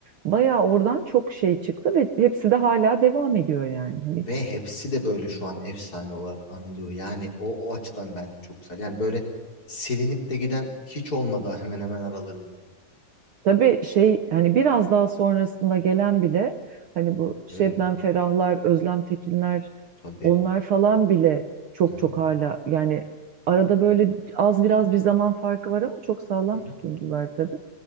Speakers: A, on the right; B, on the left.
A: bayağı oradan çok şey çıktı ve hepsi de hala devam ediyor yani. Hani
B: Ve hepsi de böyle şu an efsane olarak anılıyor. Yani o, o açıdan bence çok güzel. Yani böyle silinip de giden hiç olmadı hemen hemen aralarında.
A: Tabii şey hani biraz daha sonrasında gelen bile hani bu Şebnem
B: Evet
A: Ferahlar, Özlem Tekinler
B: tabii.
A: onlar falan bile çok
B: Hı hı,
A: çok hala yani arada böyle az biraz bir zaman farkı var ama çok sağlam
B: hı hı.
A: tutundular tabii.